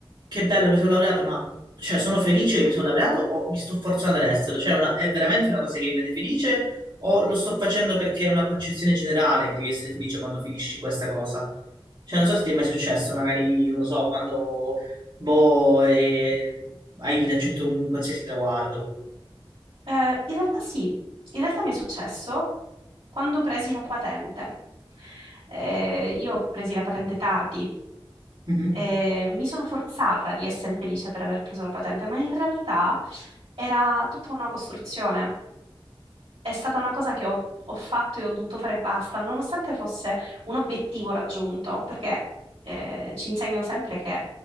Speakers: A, on the right; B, on the right.
A: che bello mi sono laureato, ma cioè sono felice che mi sono laureato o mi sto forzando ad essere? Cioè è una- è veramente una cosa che mi rende felice o lo sto facendo perché è una concezione generale che devi essere felice quando finisci questa cosa? Cioè non so se ti è mai successo, magari, non lo so, quando boh, eh, hai raggiunto un qualsiasi traguardo.
B: Eh, in realtà sì, in realtà mi è successo quando presi la patente. Eh, io presi la patente tardi
A: Mhm.
B: e mi sono forzata di essere felice per aver preso la patente, ma in realtà era tutta una costruzione. è stata una cosa che ho, ho fatto e ho dovuto fare e basta, nonostante fosse un obiettivo raggiunto, perché eh, ci insegnano sempre che